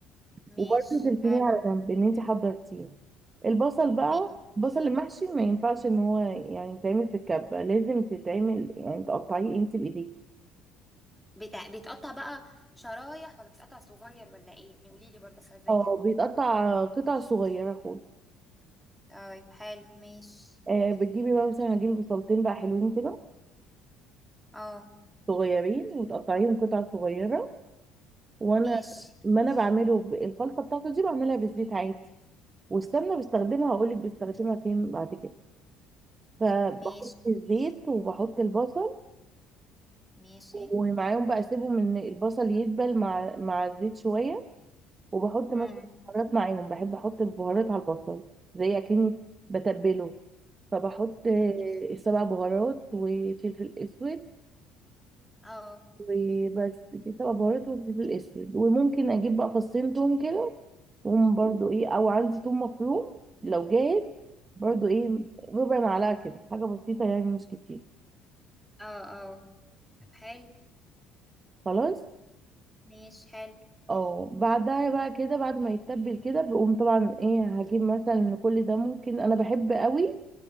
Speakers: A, in the centre; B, on the right.
A: ماشي
B: وبرده تركيني
A: حلو
B: على جنب ان انت حضرتيه البصل بقى
A: ماشي
B: البصل المحشي ما ينفعش ان هو يعني يتعمل في الكبة لازم تتعمل يعني تقطعيه انت بايديك
A: بتع... بيتقطع بقى شرايح ولا بيتقطع صغير ولا ايه يعني قولي لي برضه حاجه زي
B: اه
A: كده
B: بيتقطع قطع صغيرة خالص
A: طيب حلو ماشي
B: آه بتجيبي بقى مثلا هجيب بصلتين بقى حلوين كده
A: اه
B: صغيرين وتقطعيهم قطع صغيرة وانا
A: ماشي
B: ما انا بعمله ب- الخلطة بتاعته دي بعملها بالزيت عادي والسمنة بستخدمها هقولك بستخدمها فين بعد كده فبحط
A: ماشي
B: الزيت وبحط البصل
A: ماشي
B: ومعاهم بقى اسيبهم ان البصل يدبل مع مع الزيت شويه وبحط
A: امم
B: مثلا بهارات معاهم بحب احط البهارات على البصل زي اكني بتبله فبحط آه،
A: ماشي
B: سبع بهارات وفلفل اسود
A: اه
B: وبس كده، سبع بهارات وفلفل اسود وممكن اجيب بقى فصين توم كده وهم برضو ايه او عندي توم مفروم لو جاهز برضو ايه ربع معلقه كده حاجه بسيطه يعني مش كتير
A: اه اه طب حلو
B: خلاص
A: ماشي حلو
B: اه بعدها بقى كده بعد ما يتبل كده بقوم طبعا ايه هجيب مثلا من كل ده ممكن انا بحب قوي